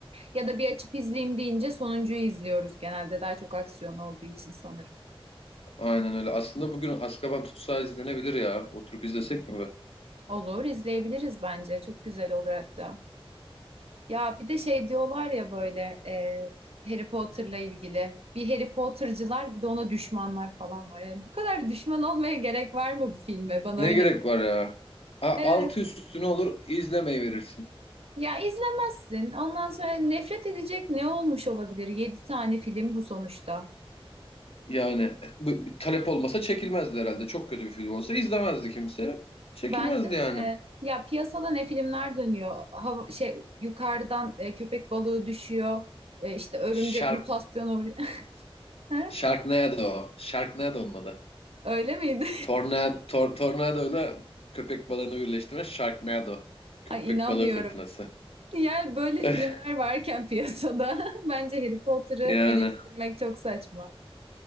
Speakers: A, on the right (about 75°); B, on the left (about 75°).
A: Ya da bir açıp izleyeyim deyince sonuncuyu izliyoruz genelde. Daha çok aksiyon olduğu için sanırım.
B: Aynen öyle. Aslında bugün Azkaban Tutsağı izlenebilir ya. Oturup izlesek mi be?
A: Olur, izleyebiliriz bence. Çok güzel olur hatta. Ya bir de şey diyorlar ya böyle e, Harry Potter'la ilgili. Bir Harry Potter'cılar bir de ona düşmanlar falan var. Yani bu kadar düşman olmaya gerek var mı bu filme? Bana
B: Ne
A: öyle
B: gerek
A: geliyor.
B: var ya? A
A: Evet.
B: altı üstüne olur izlemeyi verirsin.
A: Ya izlemezsin. Ondan sonra nefret edecek ne olmuş olabilir? Yedi tane film bu sonuçta.
B: Yani bu, bu talep olmasa çekilmezdi herhalde. Çok kötü bir film olsa izlemezdi kimse. Çekilmezdi
A: Bence
B: yani.
A: de ya piyasada ne filmler dönüyor? Hava, şey yukarıdan e, köpek balığı düşüyor. E, işte örümcek
B: Shark,
A: mutasyonu. uğruyor. <laughs>
B: Sharknado. Sharknado onun adı.
A: Öyle miydi?
B: Tornado, tor, tornadoyla köpek balığını birleştirme Sharknado.
A: <laughs>
B: Köpek
A: Ay inanmıyorum.
B: balığı fırtınası.
A: Yani böyle
B: <laughs>
A: filmler varken piyasada <laughs> bence Harry Potter'ı
B: Yani.
A: eleştirmek çok saçma.